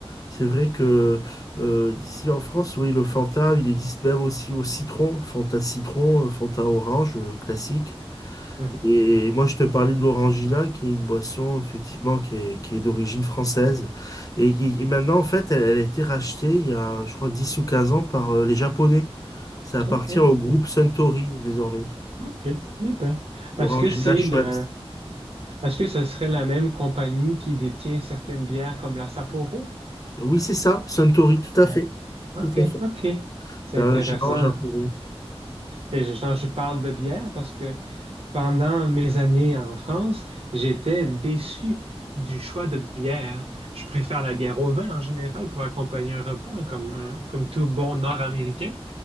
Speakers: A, on the left (about 35°); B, on the right (about 70°).
A: c'est vrai que euh, ici en France, oui, le Fanta, il existe même aussi au citron, Fanta citron, euh, Fanta orange, euh, classique.
B: Hmm.
A: Et moi, je te parlais de l'Orangina, qui est une boisson, effectivement, qui est, qui est d'origine française. Et, et- et maintenant, en fait, elle, elle a été rachetée il y a, je crois, 10 ou 15 ans par euh, les Japonais. Ça appartient
B: OK.
A: au groupe Suntory désormais.
B: OK. Eh ben,
A: Orangina
B: est-ce que c'est
A: Schweppes.
B: la, est-ce que ce serait la même compagnie qui détient certaines bières comme la Sapporo?
A: Oui, c'est ça, Suntory, tout à
B: Ah,
A: fait.
B: OK,
A: Tout à fait.
B: OK. C'est
A: C'est
B: intéressant.
A: un géant japonais.
B: Et je, quand je parle de bière parce que pendant mes années en France, j'étais déçu du choix de bière. Je préfère la bière au vin en général pour accompagner un repas comme, un- comme tout bon Nord-Américain.